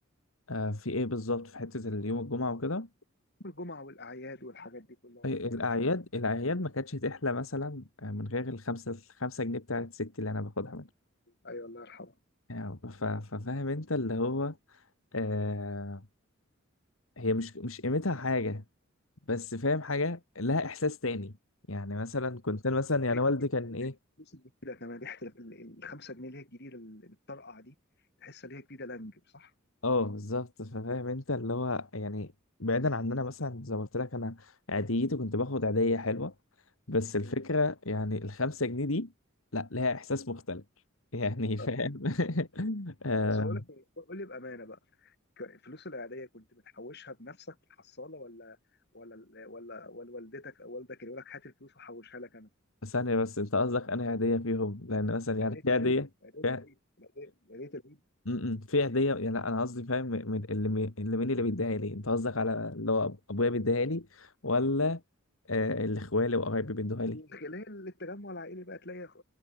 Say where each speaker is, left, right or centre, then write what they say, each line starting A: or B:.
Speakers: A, on the left; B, on the left.
A: آه في ايه بالظبط في حته اليوم الجمعه وكده
B: يوم الجمعه والاعياد والحاجات دي كلها
A: إيه،
B: الفرح
A: الاعياد الاعياد ما كانتش تحلى مثلا آه، من غير الخمسه الخمسه جنيه بتاعت ستي اللي انا باخدها منها
B: ايوه الله يرحمه
A: يعني ف- ففاهم انت اللي هو آه هي مش مش قيمتها حاجه بس فاهم حاجة لها إحساس تاني يعني مثلا كنت أنا مثلا يعني
B: ريحه
A: والدي
B: ريحة
A: كان إيه
B: الفلوس الجديده كمان ريحه ال- ال- الخمسة جنيه اللي هي الجديده اللي بتطرقع دي تحس ان هي جديده لانج صح؟
A: أه بالظبط فاهم أنت اللي هو يعني بعيدا عننا مثلا زي ما قلت لك أنا عاديتي كنت باخد عادية حلوة بس
B: مم.
A: الفكرة يعني الخمسة جنيه دي لا لها إحساس مختلف يعني <laughs> فاهم
B: آه.
A: آه،
B: بس بقول لك إيه، قول لي بامانه بقى ك- الفلوس العاديه كنت بتحوشها بنفسك في الحصاله ولا ولا ال- ولا ولا والدتك او والدك اللي يقول لك هات الفلوس وحوشها لك انا
A: ثانية بس أنت قصدك أنا عادية فيهم لأن مثلا يعني
B: عيدية
A: في
B: العيد
A: عادية
B: عيدية
A: في
B: العيد عيدية عيدية العيد
A: امم في هديه يعني لا انا قصدي فاهم من اللي مي- اللي مين اللي بيديها لي انت قصدك على اللي هو أب- ابويا بيديها لي ولا آه، اللي اخوالي وقرايبي بيدوها لي
B: من خلال التجمع العائلي بقى تلاقي خ-